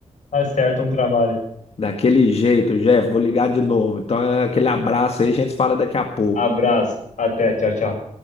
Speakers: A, on the left; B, on the left.
A: acerta um trabalho.
B: Daquele jeito, Jeff, vou ligar de novo. Então é aquele abraço aí, a gente se fala daqui a pouco.
A: Abraço, até, tchau, tchau.